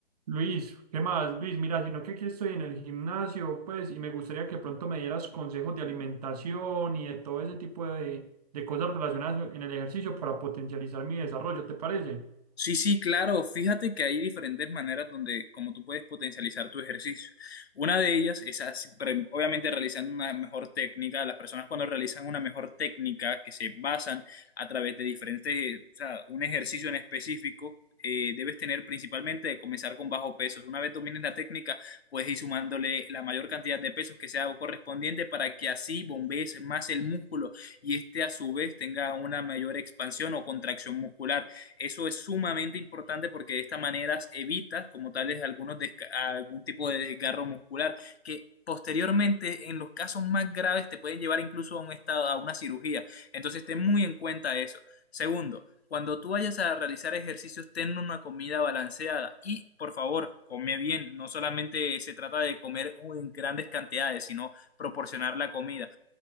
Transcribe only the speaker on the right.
Luis, ¿qué más? Luis, mira, sino que aquí estoy en el gimnasio, pues, y me gustaría que pronto me dieras consejos de alimentación y de todo ese tipo de, de cosas relacionadas en el ejercicio para potencializar mi desarrollo, ¿te parece?